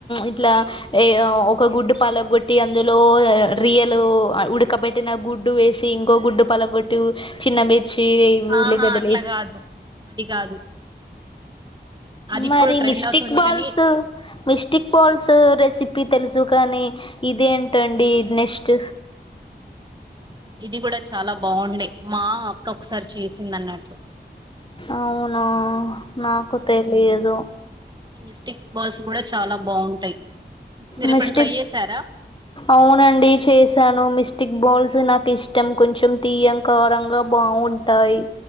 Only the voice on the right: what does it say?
ఆహా అట్లా
కాదు అది కాదు అది
ఇప్పుడు ట్రెండ్
అవుతుంది
కానీ
ఇది కూడా చాలా బాగుండే మా అక్క ఒకసారి చేసింది అన్నాటు
ఈ మిస్టేక్ బాల్స్ కూడా చాలా బాగుంటాయి మీరు
ఎప్పుడైనా ట్రై చేసారా